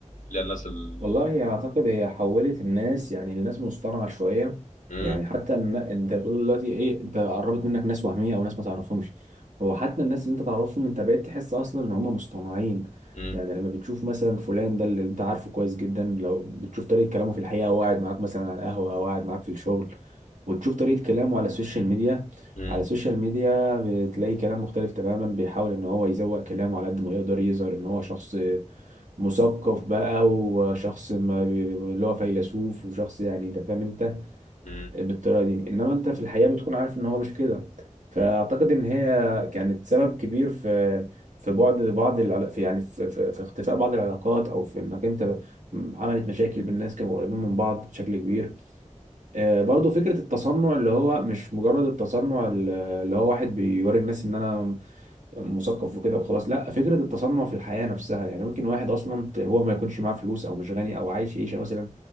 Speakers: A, on the left; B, on the right.
A: اللي هي الناس ال
B: والله اعتقد هي حولت الناس يعني الناس مصطنعه شويه
A: مم،
B: يعني حتى إن انت بتقول دلوقتي ايه انت قربت منك ناس وهميه او ناس ما تعرفهمش هو حتى الناس اللي انت تعرفهم انت بقيت تحس اصلا ان هم مصطنعين
A: مم،
B: يعني لما بتشوف مثلا فلان ده اللي انت عارفه كويس جدا لو بتشوف طريقه كلامه في الحقيقه وهو قاعد معاك مثلا على القهوه او قاعد معاك في الشغل وتشوف طريقه كلامه على السوشيال ميديا
A: مم،
B: على السوشيال ميديا بتلاقي كلام مختلف تماما بيحاول ان هو يزوق كلامه على قد ما يقدر يظهر ان هو شخص مثقف بقى وشخص ما بي- اللي هو فيلسوف وشخص يعني انت فاهم انت
A: مم،
B: بالطريقه دي انما انت في الحقيقه بتكون عارف ان هو مش كده فاعتقد
A: مم،
B: ان هي كانت سبب كبير في في بعد بعض العلا- في يعني في, في, في اختفاء بعض العلاقات او في انك انت ب- عملت مشاكل بالناس كانوا قريبين من بعض بشكل كبير آه، برضو فكره التصنع اللي هو مش مجرد التصنع اللي هو واحد بيوري الناس ان انا مثقف وكده وخلاص لا فكره التصنع في الحياه نفسها يعني ممكن واحد اصلا ت- هو ما يكونش معاه فلوس او مش غني او عايش عيشه مثلا